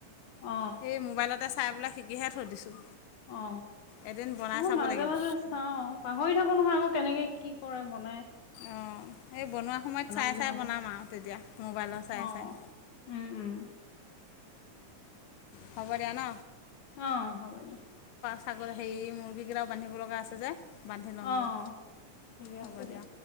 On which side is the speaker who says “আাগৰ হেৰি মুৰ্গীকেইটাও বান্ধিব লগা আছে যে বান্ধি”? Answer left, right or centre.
Left